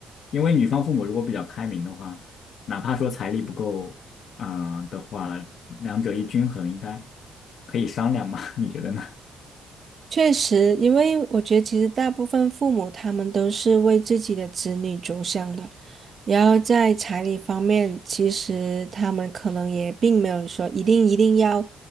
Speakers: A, on the left (about 65°); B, on the right (about 45°).
A: 因为女方父母如果比较开明的话。哪怕说财力不够，啊，的话，两者一均衡应该可以商量嘛？<laughs> 你觉得呢？
B: 确实，因为我觉得其实大部分父母他们都是为自己的子女着想的，然后在彩礼方面，其实他们可能也并没有说一定一定要，